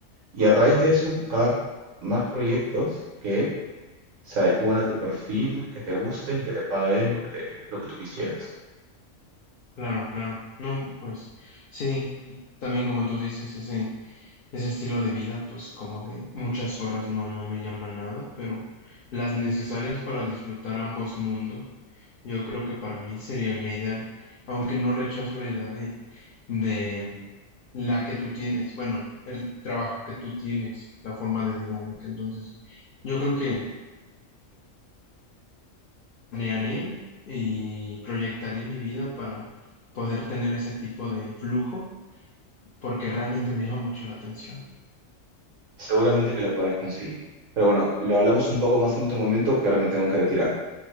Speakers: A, on the right; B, on the left.
A: y a raíz de eso buscar más proyectos que se adecúen a tu perfil, que te gusten y que te paguen lo que te, lo que tú quisieras.
B: Claro, claro. No, pues sí, también como tú dices, ese, ese estilo de vida, pues como de muchas horas no, no me llama nada, pero las necesarias para disfrutar ambos mundos. Yo creo que para mí sería la ideal, aunque no rechazo la idea de, de la que tú tienes, bueno, el trabajo que tú tienes, la forma de dinámica. Entonces, yo creo que planearé y proyectaré mi vida para poder tener ese tipo de flujo, porque realmente me llama mucho la atención.
A: Seguramente que lo podrás conseguir. Pero bueno, lo hablamos un poco más en otro momento que ahora me tengo que retirar.